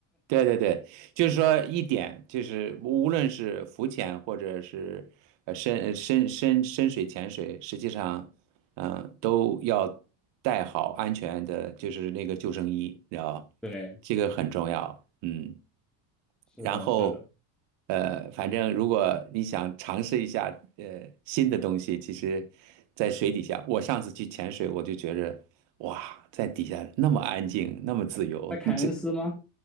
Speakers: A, on the right; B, in the centre.
A: 对对对，就是说一点就是无论是浮潜或者是呃深呃深深深水潜水，实际上，嗯、都要带好安全的，就是那个救生衣，你知道吧，
B: <laughs> 对，
A: 这个很重要。嗯，
B: 是的，
A: 然后，
B: 是的，
A: 呃，反正如果你想尝试一下呃新的东西，其实，在水底下，我上次去潜水，我就觉着，哇，在底下那么安静，那么自由，
B: 在凯恩斯吗？
A: <laughs> 这